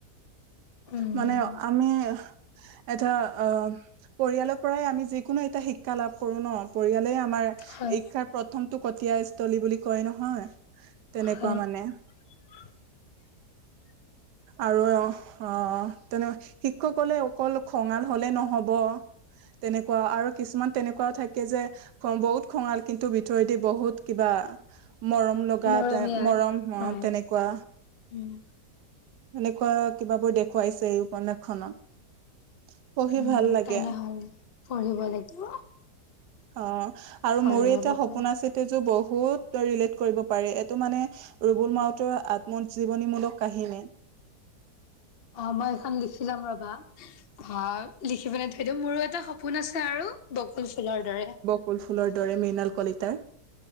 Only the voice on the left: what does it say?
উম
হয়
হয়
<inaudible>
মৰমীয়া
হয়
উম
উম
তেনেহলে পঢ়িব লাগিব।
পঢ়িব
লাগিব
অ', মই এখন লিখি ল'ম ৰবা অ', লিখিপেলৈ থৈ দিওঁ মোৰো এটা শ সপোন আছে আৰু বকুল ফুলৰ দৰে।